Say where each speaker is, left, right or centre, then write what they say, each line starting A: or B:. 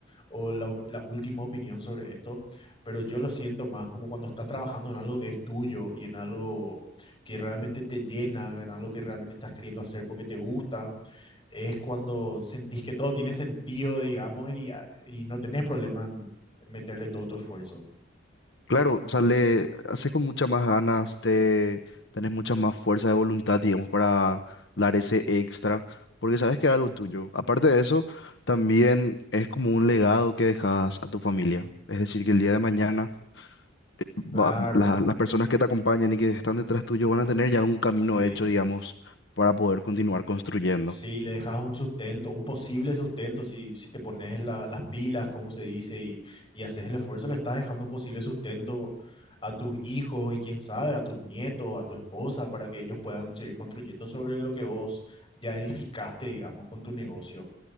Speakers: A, on the left; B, on the left.
A: o la, op- la última opinión sobre esto, pero yo lo siento más como cuando estás trabajando en algo que es tuyo y en algo que realmente te llena, en algo que realmente estás queriendo hacer porque te gusta es cuando sentís que todo tiene sentido, digamos, y, a- y no tenés problema en meterle todo tu esfuerzo.
B: Claro, o sea, le haces con muchas más ganas, te tenés mucha más fuerza de voluntad, digamos, para dar ese extra, porque sabes que es algo tuyo. Aparte de eso, también es como un legado que dejas a tu familia. Es decir, que el día de mañana eh, va-
A: Claro,
B: la- las personas que te acompañan y que están detrás tuyo van a tener ya un camino
A: sí.
B: hecho, digamos, para poder continuar construyendo.
A: Sí, le dejas un sustento, un posible sustento, si, si te pones la- las pilas, como se dice, y, y haces el esfuerzo, le estás dejando un posible sustento a tus hijos y quién sabe, a tus nietos, a tu esposa, para que ellos puedan seguir construyendo sobre lo que vos ya edificaste, digamos, con tu negocio.